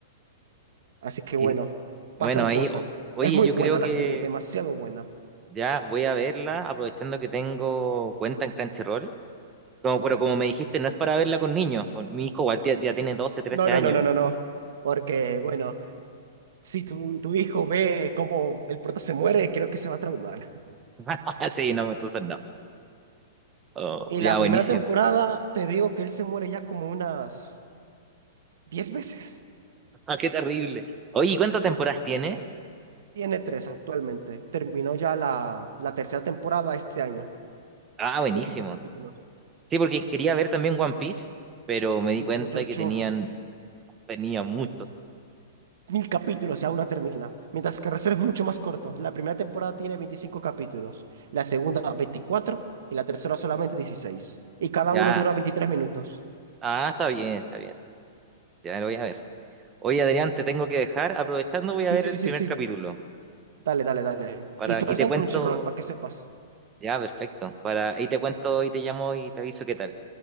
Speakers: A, on the right; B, on the right.
A: Así que
B: Y
A: bueno, pasan
B: bueno, ahí,
A: cosas.
B: o- oye,
A: Es muy
B: yo
A: buena
B: creo
A: la
B: que
A: serie, demasiado buena.
B: ya voy a verla, aprovechando que tengo cuenta en Crunchyroll. Como, pero como me dijiste, no es para verla con niños. con- Mi hijo igual ya, ya tiene doce trece
A: No, no,
B: años.
A: no, no, no, no. Porque, bueno, si tu, tu hijo ve cómo el prota se muere, creo que se va a traumar.
B: <laughs> Sí, no, entonces no. Oh,
A: Y
B: ya,
A: la
B: buenísimo.
A: primera temporada,
B: <laughs>
A: te digo que él se muere ya como unas diez veces.
B: Ah, qué terrible. Oye, ¿y ¿cuántas temporadas tiene?
A: Tiene tres actualmente. Terminó ya la, la tercera temporada este año.
B: Ah, buenísimo.
A: 16 capítulos.
B: Sí, porque quería ver también One Piece, pero me di
A: Muchacho,
B: cuenta que tenían, tenía mucho.
A: mil capítulos y aún no termina. Mientras que Reserva es mucho más corto. La primera temporada tiene 25 capítulos. La segunda, veinticuatro Y la tercera solamente 16. Y cada
B: Ya.
A: uno dura 23 minutos.
B: Ah, está bien, está bien. Ya lo voy a ver. Oye, Adrián, te tengo que dejar. Aprovechando, voy a
A: Sí,
B: ver
A: sí,
B: el
A: sí,
B: primer
A: sí.
B: capítulo.
A: Dale, dale, dale.
B: Para,
A: Y todo
B: y
A: está
B: te cuento.
A: en Crunchyroll, para que sepas.
B: Ya, perfecto. Para, ahí te cuento y te llamo y te aviso qué tal.